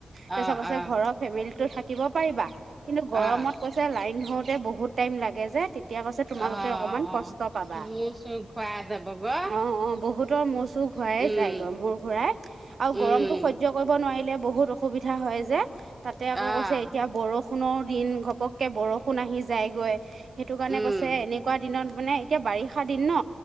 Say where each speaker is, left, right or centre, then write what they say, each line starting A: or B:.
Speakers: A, on the right (about 20°); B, on the right (about 70°).
A: অ',
B: তাৰছে
A: অ',
B: ঘৰৰ ফেমিলিটো থাকিব পাৰিবা। কিন্তু
A: অ',
B: গৰমত কৈছে লাইন ধৰতে বহুত টাইম লাগে যে এতিয়া কৈছে তোমালোকে
A: অ',
B: অকমান কষ্ট পাবা
A: মোৰ চুৰ ঘূৰাই যাব গৈ,
B: অ অ বহুতৰ মোৰচু ঘূৰাই
A: উম,
B: যায় গম বোৰ ঘৰাই আৰু গৰমতো
A: উম,
B: হৈজ্য কৰিব নোৱাৰিলে বহুত অসুবিধা হয় যে। তাতে
A: অ',
B: আকৌ কৈছে এতিয়া বৰষুণৰ দিন ঘপককে বৰষুণ আহি যায়গৈ। সেইটো কাৰণে
A: উম,
B: কৈছে এনেকুৱা দিনত মানে এতিয়া বাৰিষা দিন ন